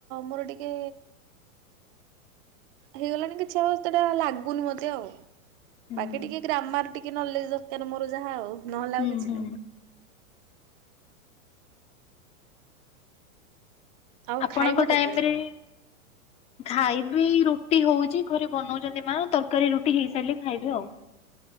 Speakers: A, on the right; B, on the left.
A: ମୋର ଟିକେ ହେଇଗଲାଣି କିଛି ଅବ ସେଟା ଲାଗୁନି ମତେ ଆଉ
B: ହୁଁ।
A: ବାକି ଟିକେ ଗ୍ରାମାର ଟିକେ କି ନଲେଜ ଦରକାର ମୋର ଯାହା ଆଉ ନହେଲେ
B: ହୁଁ
A: ଆଉ କିଛି
B: ହୁଁ।
A: ନାହିଁ। ଆଉ
B: ଆପଣଙ୍କ
A: ଖାଇବ କେତେବେଳେ
B: ଟାଇମରେ ଖାଇବି ରୁଟି ହଉଛି ଘରେ ବନଉଛନ୍ତି ମା ତରକାରୀ ରୁଟି ହେଇସାରିଲେ ଖାଇବି ଆଉ।